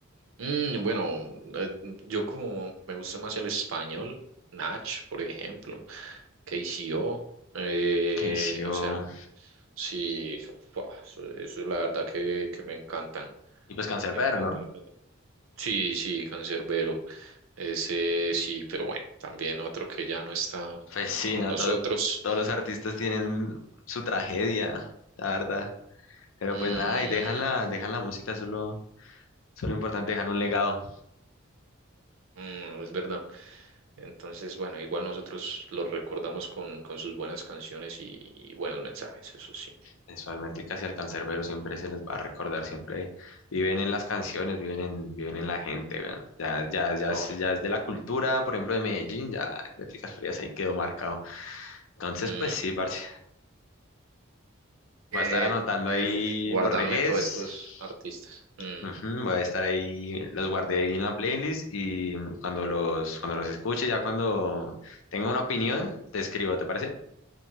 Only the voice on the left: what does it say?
que hizo,
y pues Canserbero,
¿no?
Pues sí,
¿no?
Todo- todos los artistas tienen su tragedia, la verdad. Pero
pues nada, y dejan la, dejan la música, solo, solo importante, dejan un legado.
Eso, al y al Canserbero siempre se les va a recordar, siempre viven en las canciones, viven en, viven en la gente, weón. Ya, ya, ya,
es, ya es de la cultura, por ejemplo, de Medellín, ya el Métricas Frías ahí quedó marcado. Entonces,
pues sí, parce, voy
a estar anotando
ahí
los regués
Ujú, voy a estar ahí, los guardé ahí en la playlist y cuando los, cuando los escuche, ya cuando tenga una opinión, te escribo, ¿te parece?